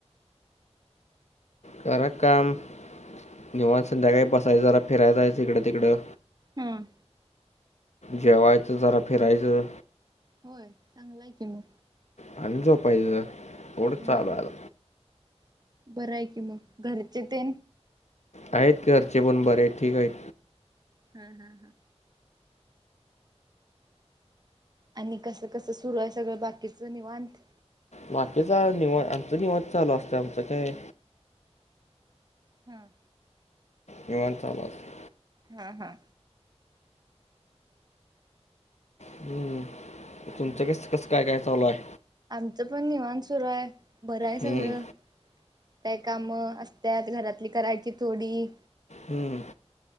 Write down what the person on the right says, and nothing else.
हम्म.
होय चांगला आहे की मग.
हा
हा
बरंय की मग घरचे ते
हा हा हा आणि कसं कसं सुरू आहे सगळं बाकीचं निवांत
हम्म
हा हा
आणि
आमचं पण निवांत सुरू आहे बरं आहे सगळं
काय काम असत्यात घरातली करायची थोडी